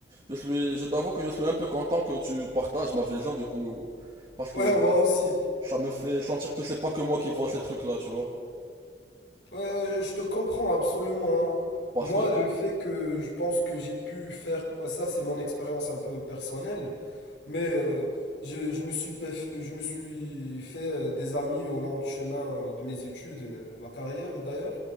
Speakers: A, on the right (about 25°); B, on the left (about 80°).
A: je suis je t'avoue que je suis un peu content que tu partages ma vision du coup parce que
B: Ouais, moi aussi.
A: ça me fait sentir que c'est pas que moi qui vois ces trucs-là, tu vois.
B: Ouais, ouais, je te comprends absolument, hein.
A: Parce
B: Moi,
A: que t'es...
B: le fait que je pense que j'ai pu faire, bah, ça c'est mon expérience un peu personnelle, mais euh, je, je me suis, pef- je me suis fait euh, des amis au long du chemin euh, de mes études, euh, ma carrière d'ailleurs.